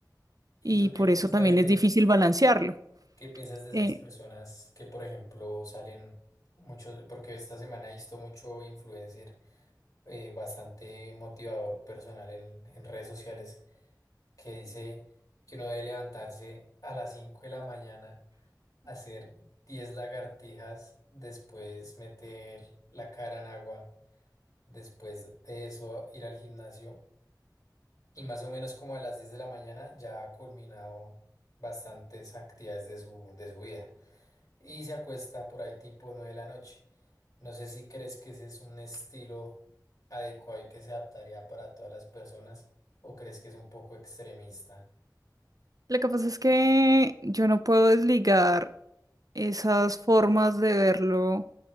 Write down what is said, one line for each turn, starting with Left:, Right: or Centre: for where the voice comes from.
Left: ¿Y
Right: y
Left: tú
Right: por
Left: qué piensas
Right: eso también
Left: de,
Right: es difícil balancearlo.
Left: qué piensas de esas
Right: Eh,
Left: personas que, por ejemplo, salen mucho, porque esta semana he visto mucho influencer eh, bastante motivador personal en, en redes sociales que dice que uno debe levantarse a las 5 de la mañana, hacer 10 lagartijas, después meter la cara en agua, después de eso ir al gimnasio y más o menos como a las 10 de la mañana ya ha culminado bastantes actividades de su, de su vida y se acuesta por ahí tipo 9 de la noche. No sé si crees que ese es un estilo adecuado y que se adaptaría para todas las personas o crees que es un poco extremista.
Right: Lo que pasa es que yo no puedo desligar esas formas de verlo